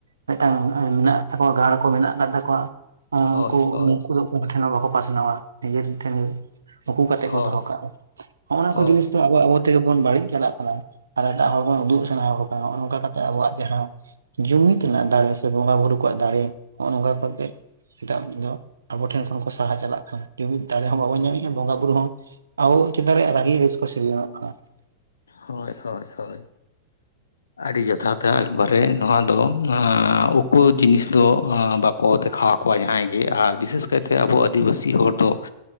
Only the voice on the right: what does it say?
ᱢᱤᱫᱴᱟᱝ ᱢᱮᱱᱟᱜ ᱛᱟᱠᱚᱣᱟ ᱜᱟᱲ ᱠᱚ ᱢᱮᱱᱟᱜ ᱟᱠᱟᱫ ᱛᱟᱠᱚᱣᱟ ᱩᱱᱠᱩ
ᱩᱱᱠᱩ ᱫᱚ ᱚᱠᱚᱭ ᱴᱷᱮᱱ ᱦᱚᱸ ᱵᱟᱠᱚ ᱯᱟᱥᱱᱟᱣᱟ ᱱᱤᱡᱮᱨ ᱴᱷᱮᱱ ᱩᱠᱩ ᱠᱟᱛᱮ
ᱠᱚ ᱫᱚᱦᱚ
ᱠᱟᱜᱼᱟ ᱦᱚᱸᱜᱼ ᱱᱟ
ᱠᱚ ᱡᱤᱱᱤᱥ ᱟ ᱟᱵᱚ ᱛᱮᱜᱮ ᱵᱚᱱ ᱵᱟᱹᱲᱤᱡ ᱪᱟᱞᱟᱜ ᱠᱟᱱᱟ ᱟᱨ ᱮᱴᱟᱜ ᱦᱚᱲ ᱵᱚᱱ ᱩᱫᱩᱜ ᱥᱟᱱᱟᱚ ᱠᱟᱱᱟ ᱱᱚᱜᱚ ᱱᱚᱝᱠᱟ ᱠᱟᱛᱮ ᱟᱵᱚᱣᱟᱜ ᱡᱟᱦᱟᱸ ᱡᱩᱢᱤᱫ ᱨᱮᱱᱟᱜ ᱫᱟᱲᱮ ᱥᱮ ᱵᱚᱸᱜᱟᱼ ᱵᱩᱨᱩ ᱠᱚᱣᱟᱜ ᱫᱟᱲᱮ ᱱᱚᱜᱼ ᱱᱚᱝᱠᱟ ᱠᱟ ᱠᱟᱛᱮᱜ ᱮᱴᱟᱜ ᱫᱚ ᱟᱵᱚ ᱴᱷᱮᱱ ᱠᱷᱚᱱ ᱠᱚ ᱥᱟᱦᱟ ᱪᱟᱞᱟᱜ ᱠᱟᱱᱟ ᱡᱩᱢᱤᱫ ᱫᱟᱲᱮ ᱦᱚᱸ ᱵᱟᱵᱚᱱ ᱧᱟᱢᱮᱜᱼᱟ ᱵᱚᱸᱜᱟ ᱵᱩᱨᱩ ᱦᱚᱸ, <unintelligible>